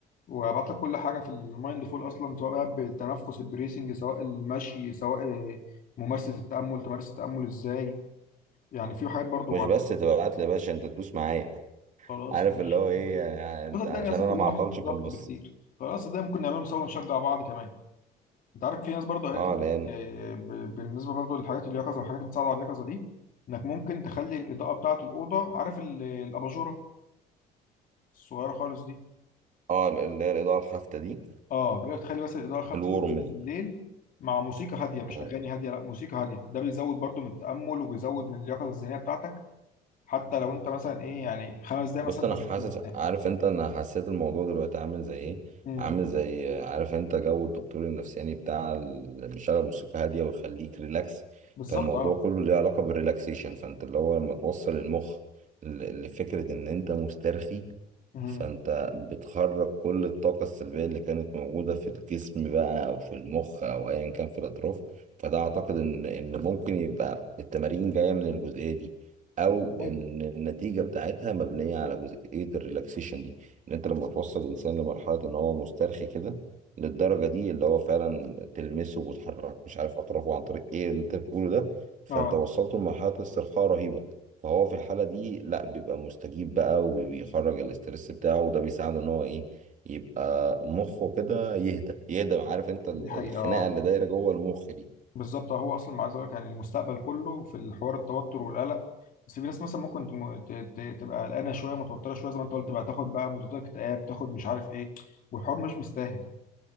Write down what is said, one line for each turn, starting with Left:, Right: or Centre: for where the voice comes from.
Left: وهبعت لك كل حاجه في المايند فول اصلا سواء بقى بالتنفس البريسنج سواء المشي سواء ممارسه التامل تمارس التامل ازاي يعني في حاجات برضو
Right: مش بس تبعت لي يا باشا انت تدوس معايا
Left: خلاص
Right: عارف
Left: ماشي
Right: اللي هو ايه آه، انت
Left: الوسط التاني
Right: عشان
Left: اصلا
Right: انا
Left: كلنا
Right: ما
Left: محطوط
Right: اعطلش
Left: في
Right: في
Left: ضغط
Right: النص
Left: بكتير خلاص ده ممكن نعمله سوا ونشجع بعض كمان انت عارف في ناس برضه قالت
Right: اه
Left: لك
Right: لان
Left: آه، ب- بالنسبه برضه للحاجات اليقظه والحاجات اللي بتساعد على اليقظه دي انك ممكن تخلي الاضاءه بتاعه الاوضه عارف ال- الاباجوره الصغيره خالص دي
Right: اه اللي هي الاضاءة الخافتة دي
Left: اه بيقول لك تخلي بس الاضاءه خفت
Right: الورم
Left: جدا بالليل
Right: دي
Left: مع موسيقى هاديه مش
Right: مم.
Left: اغاني هاديه لا موسيقى هاديه ده بيزود برضه من التامل وبيزود من اليقظه الذهنيه بتاعتك حتى لو انت مثلا ايه يعني خمس دقايق
Right: بص
Left: مثلا
Right: انا
Left: بس
Right: حاسس
Left: قبل ما تنام
Right: عارف انت انا حسيت الموضوع دلوقتي عامل زي ايه
Left: أمم،
Right: عامل زي عارف انت جو الدكتور النفساني بتاع اللي بيشغل موسيقى هاديه ويخليك ريلاكس
Left: بالظبط
Right: فالموضوع
Left: اه
Right: كله ليه علاقه بالريلاكسيشن فانت اللي هو لما توصل المخ ل- لفكره ان انت مسترخي
Left: أمم،
Right: فانت بتخرج كل الطاقه السلبيه اللي كانت موجوده في الجسم بقى او في المخ او ايا كان في الاطراف فده اعتقد ان ان ممكن يبقى التمارين جايه من الجزئيه دي او
Left: ممكن
Right: ان النتيجه بتاعتها مبنيه على جزئيه الريلاكسيشن دي ان انت لما توصل الانسان لمرحله ان هو مسترخي كده للدرجه دي اللي هو فعلا تلمسه وتحرك مش عارف اطرافه عن طريق ايه اللي انت بتقوله ده فانت
Left: اه
Right: وصلته لمرحله استرخاء رهيبه فهو في الحاله دي لا بيبقى مستجيب بقى وبيخرج الاسترس بتاعه وده بيساعده ان هو ايه يبقى مخه كده يهدى يهدى عارف انت ال-
Left: دي حقيقه
Right: الخناقه
Left: آه.
Right: اللي دايره جوه المخ دي
Left: بالظبط هو اصلا عايز اقول لك يعني المستقبل كله في الحوار التوتر والقلق بس في ناس مثلا ممكن تم- ت- ت- تبقى قلقانه شويه متوتره شويه زي ما انت قلت بقى تاخد بقى مضادات اكتئاب تاخد مش عارف ايه والحوار مش مستاهل